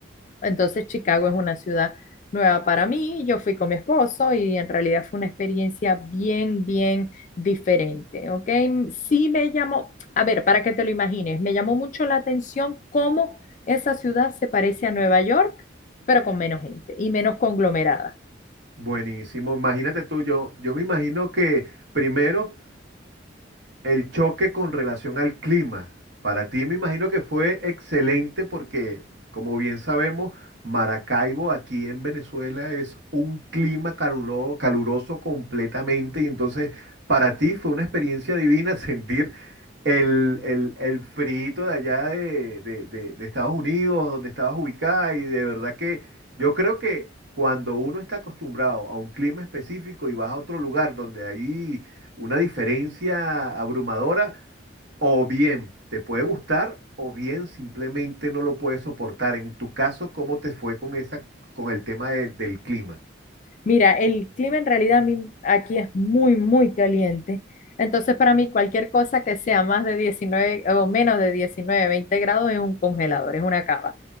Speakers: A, on the left (about 40°); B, on the right (about 65°).
A: Entonces Chicago es una ciudad nueva para mí. Yo fui con mi esposo y en realidad fue una experiencia bien, bien diferente, ¿ok? Sí me llamó, a ver, para que te lo imagines, me llamó mucho la atención cómo esa ciudad se parece a Nueva York, pero con menos gente y menos conglomerada.
B: Buenísimo, imagínate tú, yo, yo me imagino que primero... El choque con relación al clima, para ti me imagino que fue excelente porque, como bien sabemos, Maracaibo aquí en Venezuela es un clima calulo- caluroso completamente y entonces para ti fue una experiencia divina <laughs> sentir el, el, el friito de allá de, de- de- de Estados Unidos, donde estabas ubicada y de verdad que yo creo que cuando uno está acostumbrado a un clima específico y vas a otro lugar donde hay una diferencia abrumadora, o bien te puede gustar, o bien simplemente no lo puedes soportar. En tu caso, ¿cómo te fue con esa, con el tema de- del clima?
A: Mira, el clima en realidad a mí aquí es muy, muy caliente. Entonces, para mí, cualquier cosa que sea más de 19 o menos de 19, 20 grados es un congelador, es una cava.